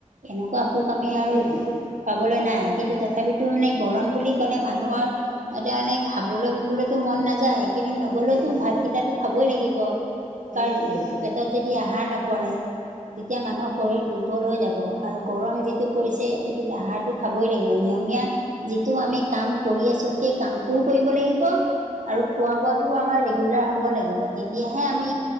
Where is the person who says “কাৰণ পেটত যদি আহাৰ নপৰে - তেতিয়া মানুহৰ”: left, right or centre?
Right